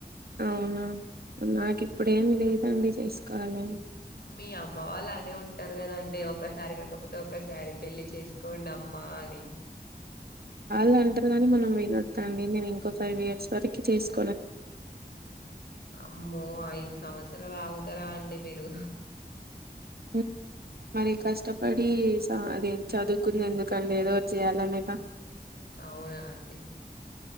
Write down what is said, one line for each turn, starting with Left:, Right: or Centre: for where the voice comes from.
Right: అవునా నాకు ఇప్పుడేమి లేదండి చేసుకోవాలని
Left: మీ అమ్మ వాళ్ళు అనే ఉంటారు కదండి ఒసారి కాకపోతే ఒసారి పెళ్లి చేసుకోండఅమ్మ పాణి
Right: వాళ్ళు అంటారు కాగాని మనం వినొద్దాండి నేను ఇంకో ఫైవ్ ఇయర్స్ వరకు చేసుకు
Left: అమ్మో ఐదు సంవత్సరాలు ఆగుతారా అండి మీరు
Right: ఓ <unintelligible> మరి కష్టపడి అది చదువుకుంది ఎందుకండి ఏదో చేయాలనేక
Left: అవునా అండి